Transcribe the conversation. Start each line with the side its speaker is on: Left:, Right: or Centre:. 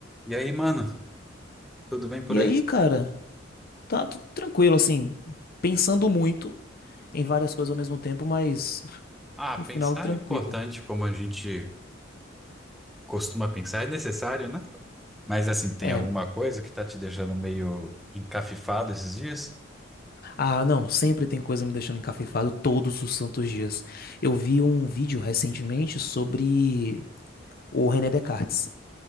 Centre: E aí, mano, tudo bem por
Left: E
Centre: aí?
Left: aí, cara, tá tudo tranquilo, assim, pensando muito em várias coisas ao mesmo tempo, mas
Centre: Ah,
Left: no
Centre: pensar
Left: final tranquilo.
Centre: é importante, como a gente costuma pensar, é necessário, né? Mas assim, tem
Left: É,
Centre: alguma coisa que tá te deixando meio encafifado esses dias?
Left: ah, não, sempre tem coisa me deixando encafifado todos os santos dias. Eu vi um vídeo recentemente sobre o René Descartes,